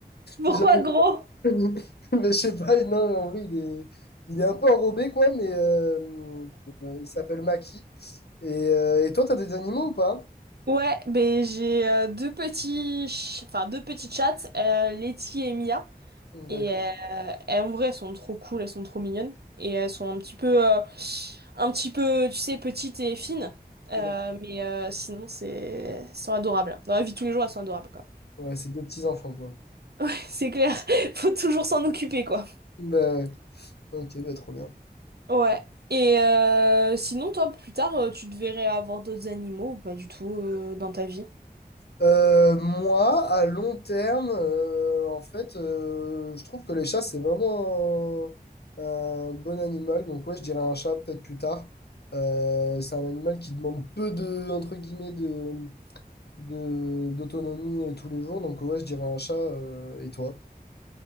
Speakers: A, on the right; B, on the left.
A: Pourquoi
B: J'avais
A: gros?
B: <laughs> Mais je sais pas, non, en vrai, il est, il est un peu enrobé, quoi, mais euh, euh, il s'appelle Maki. Et, euh, et toi, t'as des animaux ou pas?
A: Ouais, ben j'ai euh, deux petits, ch- enfin deux petits chats, euh, Letty et Mia, et
B: D'accord.
A: euh, elles, en vrai elles sont trop cool, elles sont trop mignonnes, et elles sont un petit peu, euh, un petit peu, tu sais, petites et fines, Euh,
B: d'accord.
A: mais euh, sinon c'est, elles sont adorables. Dans la vie de tous les jours elles sont adorables quoi.
B: Ouais, c'est deux petits-enfants, quoi.
A: <laughs> C'est clair, <laughs> faut toujours s'en occuper quoi.
B: Bah, ouais. ok, bah, trop bien.
A: Ouais. Et euh, sinon toi plus tard euh, tu te verrais avoir d'autres animaux ou pas du tout euh, dans ta vie?
B: Euh, moi, à long terme, euh, en fait, euh, je trouve que les chats, c'est vraiment un, un bon animal. Donc, ouais, je dirais un chat peut-être plus tard. Euh, c'est un animal qui demande peu de, entre guillemets, de de d'autonomie euh, tous les jours. Donc ouais, je dirais un chat. euh, et toi?